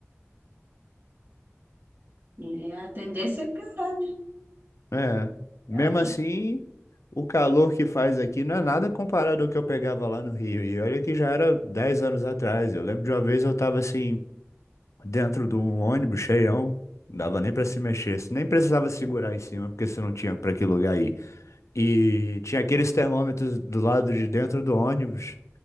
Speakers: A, on the right; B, on the left.
A: E a tendência é piorar, né?
B: É. Mesmo
A: É o que-
B: assim, o calor que faz aqui não é nada comparado ao que eu pegava lá no Rio. E olha que já era 10 anos atrás. Eu lembro de uma vez eu tava assim, dentro de um ônibus cheião. Não dava nem pra se mexer, você nem precisava segurar em cima, porque você não tinha pra que lugar ir. E tinha aqueles termômetros do lado de dentro do ônibus.